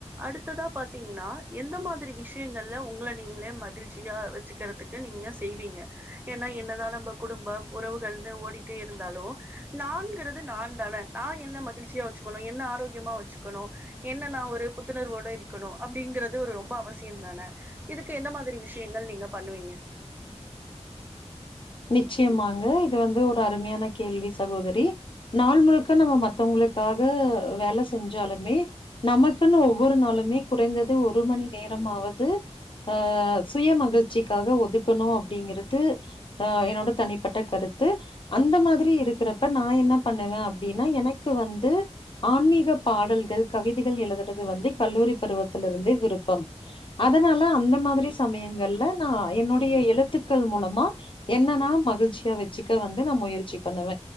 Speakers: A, on the right; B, on the left.
A: அடுத்ததா பாத்தீங்கன்னா எந்த மாதிரி விஷயங்கள்ல உங்கள நீங்ளே மகிழ்ச்சியா வெச்சுக்குறதுக் நீங்க செய்வீங்க எனா என்னதா நம்ப குடும்பம் உறவுகள்னு ஓடிட்டே இருந்தாலு நான்கிறது நாதான நா என்ன மகிழ்ச்சியா வெச்சு குணு என்ன ஆரோக்கியமா வெச்சுக்குணு என்ன நா ஒரு புத்துணர்வோட இருக்கணு அப்டிங்கிறது ஒரு ரொம்ப அவசியம்தான இதுக்கு எந்த மாதிரி விஷயங்கள் நீங்க பண்ணுவீங்க
B: நிச்சயமாங்க இது வந்து ஒரு அருமையான கேள்வி சகோதரி நாள் முழுக்க நம்ம மத்தவங்களுக்காக வேல செஞ்சாலுமே நமக்குன்னு ஒவ்வொரு நாளுமே குறைந்தது ஒரு மணி நேரமாவது அ சுய மகிழ்ச்சிக்காக ஒதுக்கணு அப்டிங்கிறது ஆ என்னோட தனிப்பட்ட கருத்து அந்த மாதிரி இருக்கிறப்ப நா என்ன பண்ணுவ அப்டின்னா எனக்கு வந்து ஆன்மீக பாடல்கள் கவிதைகள் எழுதுறது வந்து கல்லூரி பருவத்திலிருந்து விருப்பம் அதனால அந்த மாதிரி சமயங்கள்ல நா என்னுடைய எழுத்துக்கள் மூலமா என்ன நா மகிழ்ச்சியா வச்சிக்க வந்து நா முயற்சி பண்ணுவ